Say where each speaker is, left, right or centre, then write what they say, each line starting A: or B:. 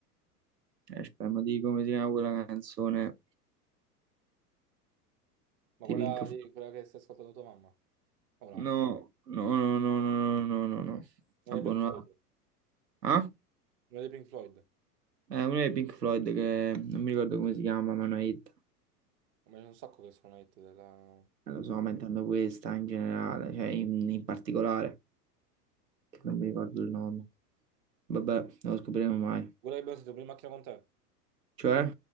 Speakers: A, on the right; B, on the right.
A: Eh, aspetta, ma di come si chiama quella canzone
B: Ma
A: di
B: quella,
A: Pink Floyd?
B: di- quella che stai ascoltando tua mamma? O un'altra?
A: No, no, no, no, no, no, no, no. no.
B: Una
A: Abbonato.
B: dei Pink Floyd.
A: Ah?
B: Una dei Pink Floyd.
A: È uno dei Pink Floyd che non mi ricordo come si chiama, ma è una hit.
B: Ma c'è un sacco che sono hit della... dei
A: Eh, Lo sto
B: Pink-
A: aumentando questa in generale, cioè in, in particolare, che non mi ricordo il nome. Vabbè, non lo scopriremo mai.
B: Quella che abbiamo sentito prima in macchina con te.
A: Cioè,